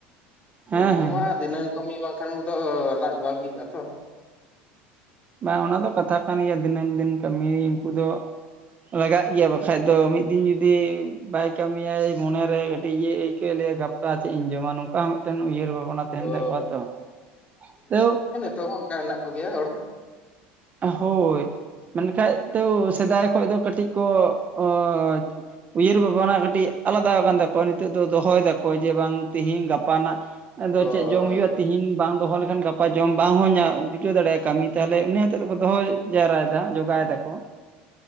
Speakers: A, on the right; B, on the left.
A: ᱦᱮᱸ
B: ᱩᱱᱠᱩ
A: ᱦᱮᱸ
B: ᱢᱟ ᱫᱤᱱᱟᱹᱢ ᱠᱟᱹᱢᱤ ᱵᱟᱝᱠᱷᱟᱱ ᱫᱚ ᱞᱟᱡ ᱵᱟᱝ ᱵᱤᱜ ᱛᱟᱠᱚᱣᱟ
A: ᱵᱟᱝ ᱚᱱᱟ ᱫᱚ ᱠᱟᱛᱷᱟ ᱠᱟᱱ ᱜᱮᱭᱟ ᱫᱤᱱᱟᱹᱢ ᱫᱤᱱ ᱠᱟᱹᱢᱤ ᱩᱱᱠᱩ ᱫᱚ ᱞᱟᱜᱟᱜ ᱜᱮᱭᱟ ᱵᱟᱠᱚ ᱵᱟᱠᱷᱟᱡ ᱫᱚ ᱢᱤᱫ ᱫᱤᱱ ᱡᱩᱫᱤ ᱵᱟᱭ ᱠᱟᱹᱢᱤᱭᱟᱭ ᱢᱚᱱᱮᱨᱮ ᱠᱟᱹᱴᱤᱡ ᱤᱭᱟᱹ ᱟᱹᱭᱠᱟᱹᱜ ᱞᱮᱭᱟ ᱜᱟᱯᱟ ᱜᱟᱯᱟ ᱪᱮᱫ ᱤᱧ ᱡᱚᱢᱟ ᱱᱚᱝᱠᱟ ᱦᱚᱸ ᱢᱤᱫᱴᱮᱱ ᱩᱭᱦᱟᱹᱨ ᱵᱷᱟᱵᱽᱱᱟ ᱛᱟᱦᱮᱱ
B: ᱚ
A: ᱛᱟᱠᱚᱣᱟ ᱛᱚ <unintelligible>
B: ᱛᱚ ᱦᱚᱸ ᱚᱱᱠᱟ ᱦᱮᱱᱟᱜ ᱠᱚᱜᱮᱭᱟ ᱦᱚᱲ
A: ᱦᱳᱭ ᱢᱮᱱᱠᱷᱟᱡ ᱛᱚ ᱥᱮᱫᱟᱭ ᱠᱷᱚᱱ ᱫᱚ ᱠᱟᱹᱴᱤᱡ ᱠᱚ <unintelligible> ᱩᱭᱦᱟᱹᱨ ᱵᱷᱟᱵᱽᱚᱱᱟ ᱠᱟᱹᱴᱤᱡ ᱟᱞᱟᱫᱟ ᱠᱟᱱ ᱛᱟᱠᱚᱣᱟ ᱱᱤᱛᱚᱜ ᱫᱚ ᱫᱚᱦᱚᱭ ᱫᱟᱠᱚ ᱡᱮ ᱵᱟᱝ ᱛᱮᱤᱦᱤᱧ ᱜᱟᱯᱟᱱᱟᱜ ᱟᱫᱚ
B: ᱦᱳᱭ
A: ᱪᱮᱫ ᱡᱚᱢ ᱦᱩᱭᱩᱜᱼᱟ ᱛᱤᱦᱤᱧ ᱵᱟᱝ ᱫᱚᱦᱚ ᱞᱮᱠᱷᱟᱱ ᱜᱟᱯᱟ ᱡᱚᱢ ᱵᱟᱝ ᱦᱚᱸ ᱡᱩᱴᱟᱹᱣ ᱫᱟᱲᱮᱭᱟᱜᱼᱟ ᱠᱟᱹᱢᱤ ᱛᱟᱦᱚᱞᱮ ᱩᱱᱤ ᱱᱤᱛᱚ ᱫᱚᱠᱚ ᱫᱚᱦᱚ ᱡᱟᱣᱨᱟᱭᱮᱫᱟ ᱡᱚᱜᱟᱣ ᱫᱟᱠᱚ